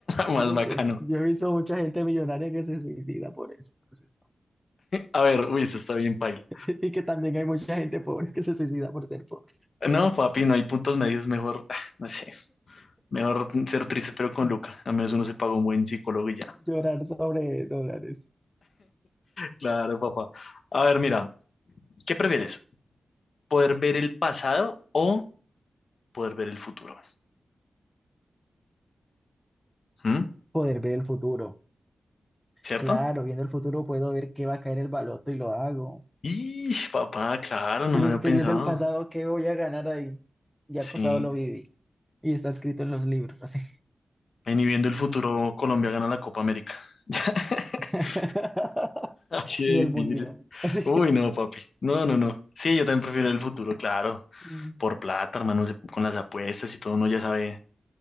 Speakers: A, on the left (about 55°); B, in the centre.
A: más
B: No
A: bacano.
B: sé, yo he visto mucha gente millonaria que se suicida por eso. entonces,
A: A ver, uy, eso está bien paila.
B: <laughs> y que también hay mucha gente pobre que se suicida por ser pobre.
A: No, papi, no hay puntos medios, mejor, ah, no sé, mejor ser triste pero con
B: <laughs>
A: Luca. A menos uno se paga un buen psicólogo y ya.
B: Llorar sobre dólares.
A: Claro, papá. A ver, mira, ¿qué prefieres? ¿Poder ver el pasado o poder ver el futuro? ¿Mm?
B: Poder ver el futuro.
A: ¿Cierto?
B: Claro, viendo el futuro puedo ver qué va a caer el baloto y lo hago.
A: Y papá, claro, no
B: Pero
A: lo había
B: es
A: pensado.
B: que viendo el pasado, ¿qué voy a ganar ahí? Ya
A: Sí.
B: el pasado lo viví. Y está escrito en los libros, así.
A: En y viendo el futuro, Colombia gana la Copa América. <laughs>
B: <laughs>
A: Así de
B: Ni el
A: difíciles.
B: mundial. <laughs> Así.
A: Uy, no, papi. No, no, no. Sí, yo también prefiero el futuro, claro.
B: Mm,
A: Por plata, hermano, se- con las apuestas y todo, uno ya sabe,